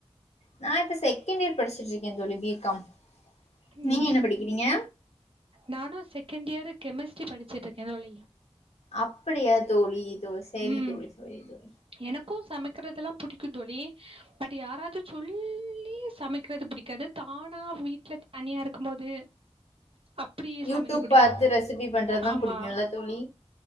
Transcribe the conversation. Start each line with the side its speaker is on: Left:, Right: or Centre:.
Left: நா இப்ப செகண்ட் இயர் படிச்சுட்டு இருக்கே தோழி பி கம் நீங்க
Right: ம்
Left: என்ன படிக்கிறீங்க
Right: நானு செகண்ட் இயர் கெமிஸ்ட்ரி படிச்சுட்டு இருக்கே தோழி
Left: அப்டியா தோழி தோ சேரி
Right: ம்
Left: தோழி சேரி தோழி
Right: எனக்கு சமைக்கிறதுல்லா புடிக்கு தோழி பட் யாரா து சொல்லி சமைக்றது பிடிக்காது தானா வீட்ல இருக்கு போது அப் அப்டி
Left: யூடியூப்
Right: சமைக்க புடிக்கு
Left: பாத்து ரெசிபி பண்றதுதா
Right: ஆமா
Left: புடிக்குல்ல தோழி